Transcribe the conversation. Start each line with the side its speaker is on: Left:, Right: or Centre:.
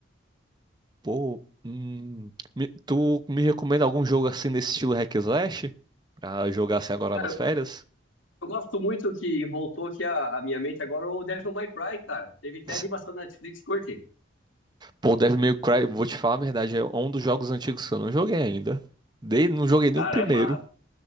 Right: Pô, hum, me- tu me recomenda algum jogo assim nesse estilo hack and slash? Pra jogar assim agora
Left: Cara,
Right: nas férias?
Left: eu gosto muito que voltou aqui a, a minha mente agora o Devil May Cry, cara. Teve até
Right: <laughs>
Left: animação
Right: S-
Left: da Netflix, curte.
Right: Pô, Devil May Cry, vou te falar a verdade, é um dos jogos antigos que eu não joguei ainda. Dei, não joguei nem
Left: Cara,
Right: o primeiro.
Left: é massa,